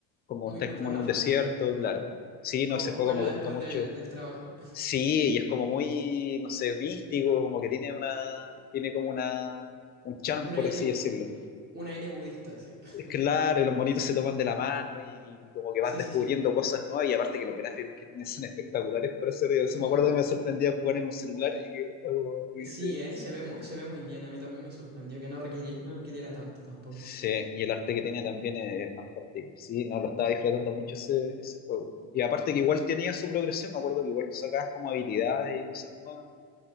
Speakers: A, on the left; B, on the right.
A: Como
B: Muy,
A: estáis
B: muy
A: como
B: relajante,
A: en un desierto, claro. Sí,
B: como
A: no, ese
B: para
A: juego
B: jugarlo
A: me gustó
B: después
A: mucho.
B: del, del trabajo.
A: Sí, y es como muy, no sé, místico, como que tiene una, tiene como una, un
B: <laughs>
A: charm,
B: Un
A: por
B: aire,
A: así
B: bu-
A: decirlo
B: un aire budista, sí.
A: es
B: <laughs>
A: Claro, y los monitos se toman de la mano y como que vas
B: Sí,
A: descubriendo
B: sí, sí.
A: cosas nuevas y aparte que los gráficos que tienen son espectaculares, por eso, digo, eso
B: Mm,
A: me acuerdo que me sorprendía jugar en un celular y que el juego tuviese...
B: sí, ¿eh?
A: ese
B: Se ve, mu-
A: gráfico.
B: se ve muy bien. A mí también me sorprendió que no requiriera, no requiriera tanto tampoco.
A: Sí, y el arte que tiene también es fantástico. Sí, no, lo estaba disfrutando mucho ese, ese juego. Y aparte que igual tenía su progresión, me acuerdo que igual sacabas como habilidades y cosas nuevas,